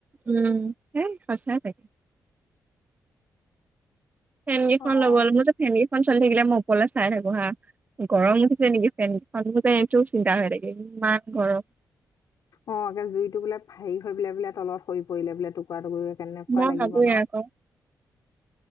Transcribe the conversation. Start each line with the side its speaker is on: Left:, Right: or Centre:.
Right: উম সেই সঁচাই চাগে ফেনগিখন
Left: অ
Right: ল'বল মোৰ যে ফেন <unintelligible> খন চলি থাকিলে মই উপৰলে চাই থাকো হা গৰম উঠিছে নেকি ফেনখন বুলো এইটো চিন্তা হৈ থাকে ইমান গৰম
Left: অ একে জুইতটো বুলে হেৰী হৈ বোলে বোলে তলত হৰি পৰিলে বোলে টুৰা টুকুৰিকে কেনেকুৱা
Right: মই
Left: লাগিব
Right: ভাবোৱে
Left: ন
Right: আকৌ।